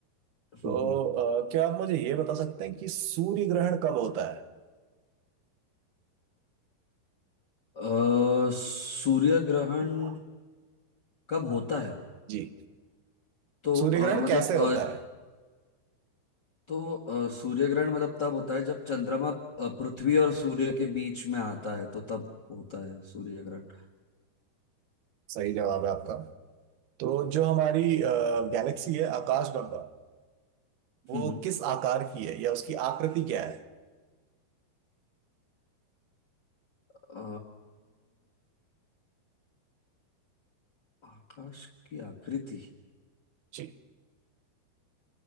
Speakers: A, on the right; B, on the left.
A: तो
B: हम्म, हम्म।
A: अ, क्या आप मुझे ये बता सकते हैं कि सूर्य ग्रहण कब होता
B: अ, सूर्य ग्रहण
A: है
B: कब होता है
A: जी
B: तो
A: सूर्य
B: अ,
A: ग्रहण
B: मतलब
A: कैसे होता
B: अ,
A: है
B: तो अ, सूर्य ग्रहण मतलब तब होता है जब चंद्रमा अ, पृथ्वी और सूर्य के बीच में आता है तो तब होता है सूर्य ग्रहण
A: सही जवाब है आपका तो जो हमारी गैलेक्सी है आकाश गंगा वो
B: हम्म
A: किस आकार की है या उसकी आकृति क्या है
B: अ, आकाश की आकृति
A: जी